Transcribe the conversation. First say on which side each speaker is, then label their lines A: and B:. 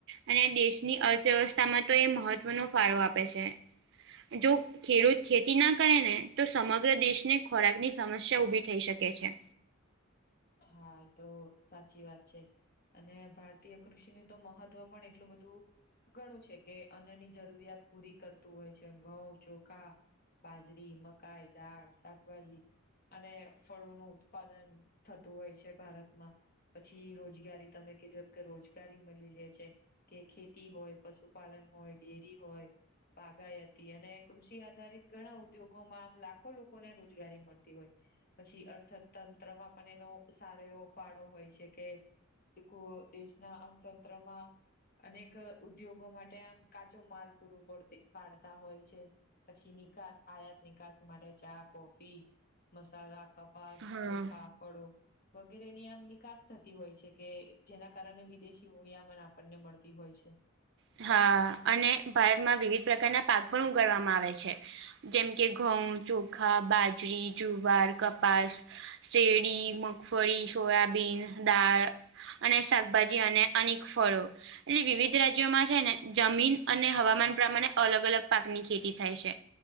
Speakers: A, on the right; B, on the left.
A: અને દેશની અર્થવ્યવસ્થામાં તો એ મહત્વનો ફાળો આપે છે જો ખેડૂત ખેતી ના કરે ને તો સમગ્ર દેશને ખોરાકની સમસ્યા ઉભી થઈ શકે છે.
B: હા એ તો સાચી વાત છે. અને ભારતીય કૃષિનું તો મહત્વ પણ એટલું બધું ઘણું છે કે અનની જરૂરિયાત પૂરી કરતું હોય છે ઘઉં ચોખા બાજરી મકાઈ દાળ શાકભાજી અને ફળોનું ઉત્પાદન થતું હોય છે ભારતમાં પછી રોજગારી તમે કીધું એમ કે રોજગારી મલી લે છે. કે ખેતી હોય, પશુપાલન હોય, ડેરી હોય. બાગાયતી અને કૃષિ આધારિત ઘણા ઉદ્યોગોમાં આમ લાખો લોકોને રોજગારી મળતી હોય. પછી અર્થતંત્રમાં પણ એનો સારો એવો ફાળો હોય છે કે એકો દેશના અર્થતંત્રમાં અનેક ઉદ્યોગો માટે આમ કાચો માલ પૂરો પડતે પાડતા હોય છે. પછી નિકાસ આયાત નિકાસ માટે ચા કોફી મસાલા કપ પાસ
A: હા
B: ચોખા ફળો વગેરે ની આમ નિકાસ થતી હોય છે કે જેના કારણે વિદેશી ઉળિયામન આપણને મળતી હોય છે.
A: હા અને ભારતમાં વિવિધ પ્રકારના પાક પણ ઉગાડવામાં આવે છે. જેમ કે ઘઉં, ચોખા, બાજરી, જુવાર, કપાસ શેડી, મગફળી, સોયાબીન, દાળ અને શાકભાજી અને અનેક ફળો એલે વિવિધ રાજ્ જ્ય માં છે ને જમીન અને હવામાન પ્રમાણે અલગ અલગ પાકની ખેતી થાય છે.